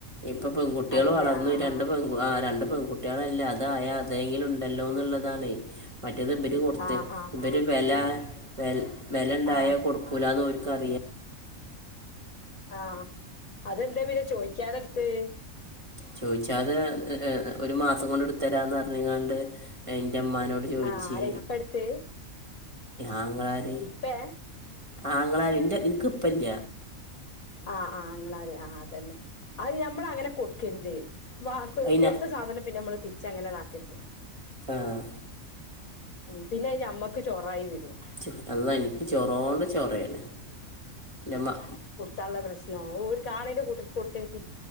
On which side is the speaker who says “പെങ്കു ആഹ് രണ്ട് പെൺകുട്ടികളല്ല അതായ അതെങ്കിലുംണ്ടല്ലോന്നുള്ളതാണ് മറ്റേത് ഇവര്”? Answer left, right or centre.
Right